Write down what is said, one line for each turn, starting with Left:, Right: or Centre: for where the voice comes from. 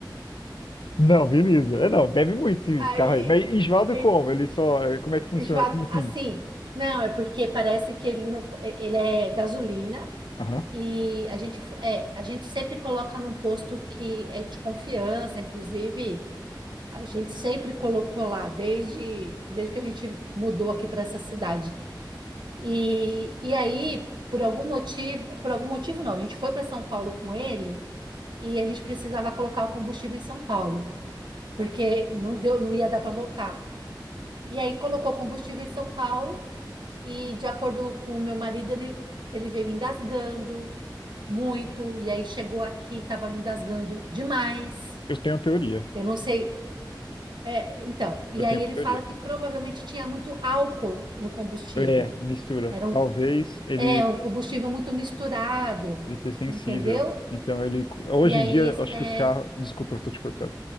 Left: Não, beleza. É, não, bebe muito esse
Right: Aí,
Left: esse carro aí. Mas enjoado
Right: e-
Left: como? Ele só. é, Como é que funciona?
Right: enjoado
Left: Como assim?
Right: assim, não, é porque parece que ele não, ele é gasolina
Left: Aham.
Right: e a gente f- é, a gente sempre coloca num posto que é de confiança, inclusive A gente sempre colocou lá, desde, desde que a gente mudou aqui para essa cidade. E, e aí, por algum motivo, por algum motivo não, a gente foi para São Paulo com ele e a gente precisava colocar o combustível em São Paulo, porque não deu, não ia dar para voltar. E aí colocou combustível em São Paulo e, de acordo com o meu marido, ele, ele veio engasgando muito, e aí chegou aqui, estava engasgando demais.
Left: Eu tenho teoria.
Right: Eu não sei, É, então, e
Left: Eu tenho
Right: aí ele
Left: teoria.
Right: fala que provavelmente tinha muito álcool no combustível.
Left: É, mistura.
Right: Era um,
Left: Talvez ele,
Right: é, um combustível muito misturado,
Left: ele seja sensível.
Right: entendeu?
Left: Então ele. Hoje
Right: E aí,
Left: em dia,
Right: esse,
Left: eu acho
Right: é,
Left: que os carros. Desculpa, eu tô te cortando.